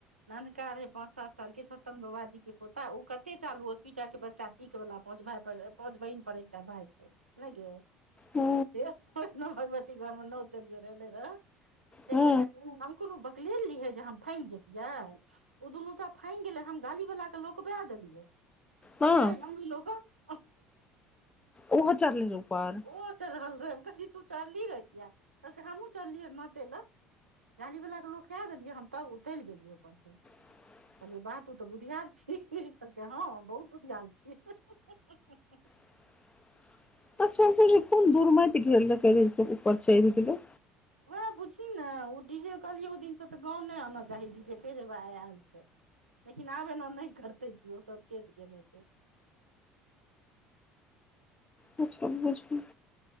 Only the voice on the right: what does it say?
ननका रहे पाच सात साल के सतन बबाजी के पोता ओ क ते चालू ओतबी टा के बच्चा टिक वला पांच भय पर पाँंच बहिन पर एकटा भाई छै नय गे
<unintelligible> भगवती घर में नत <unintelligible> रहय से
कहे हम कोनो बकले ल लीहे जे हम फइंग जतियै ओ दुनू त फइंग गेलै हम गाली वला के लोकवा देलियै
कहलियै हे गाली लोक क
ओ चढ़ल रहे कहली तू चढ़ली रे किया कहलक हमहूँ चढ़लियै नाचै लए गाली वला के लोका देलियै हम तब उतल गेलियै अपन से
कहलियै बा तू तऽ बुधियार छी कहलकै हँ बहुत बुधियार छी
उएह बुझही ने ओ डी जे कहलियै ओहि दिनसँ तऽ गाँव नहि आना चाही डी जे फेर आयल छै लेकिन आब एना नहि करते क ओ सब चेत गेल हेतै